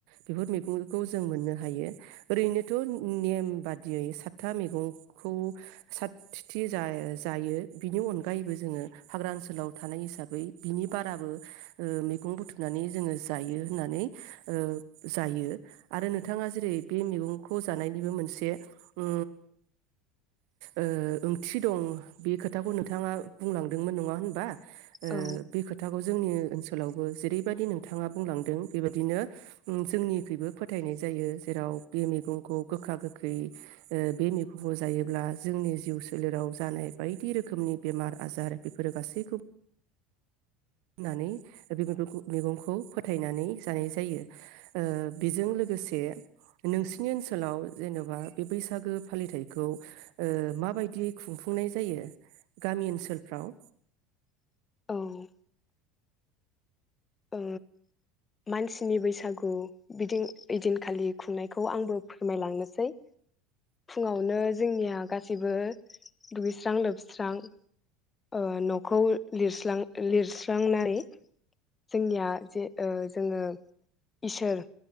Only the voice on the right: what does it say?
बेफोर मैगंखौ जों मोननो हायो। ओरैनोथ' नेम बादियै सातथा मैगंखौ साथि जाय-जायो बिनि अनगायैबो जो ङो हाग्रा ओनसोलाव थानाय हिसाबै बिनि बाराबो ओ मैगं बुथुमनानै जोङो जायो होननानै ओ जायो आरो नोंथाङा जेरै बे मैगंखौ जानायनिबो मोनसे ओ ओ ओंथि दं बे खोथाखौ नोंथाङा बुंलांदोंमोन नङा होनबा? ओ
बे खोथाखौ जोंनि ओनसोलावबो जेरैबायाददि नोंथाङा बुंलांदों बेबायदिनो उम जोंनिखुबो फोथायनाय जायो जेराव बे मैगंखौ गोखा गोखै ओ बे मैगंखौ जायोब्ला जोंनि जिउ सोलेराव जानाय बायदि रोखोमनि बेमार बजार बेफोरो गासैखौबो फनानै बे मेगंखु- मेगंखौ फोथायनानै जानाय जायो। ओ बेजों लोगोसे नोंसिनि ओनसोलाव जेन'बा बे बैसागो फालिथायखौ ओ माबायदियै खुंफुंनाय जायो गामि ओनसोलफ्राव?